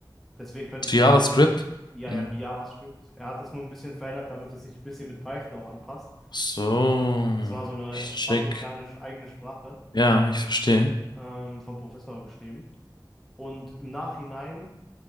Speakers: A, in the centre; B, on the left.
A: Deswegen könnte
B: Zu
A: ich sagen,
B: JavaScript?
A: ja,
B: Hm.
A: ja, wie JavaScript. Er hat das nur ein bisschen verändert, damit es sich ein bisschen mit Python auch anpasst.
B: So,
A: Das war so eine
B: ich
A: fachinterne
B: check.
A: eigene Sprache.
B: Ja, ich verstehe.
A: ähm, vom Professor geschrieben. Und im Nachhinein